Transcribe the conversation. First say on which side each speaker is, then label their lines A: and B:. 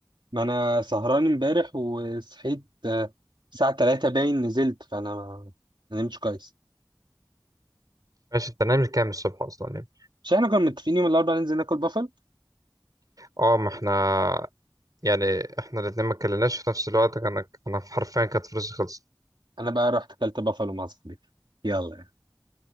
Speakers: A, on the right (about 85°); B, on the right (about 50°).
A: ما انا سهران امبارح وصحيت آه، الساعة 3 باين نزلت فانا ما ما نمتش كويس
B: ماشي انت نايم كام الصبح اصلا يعني
A: مش احنا كنا متفقين يوم الاربعاء ننزل ناكل بافل
B: اه ما احنا يعني احنا الاتنين ما اتكلمناش في نفس الوقت كان انا حرفيا كانت فلوسي خلصت
A: انا بقى رحت اكلت بافل مع صاحبي يلا يعني.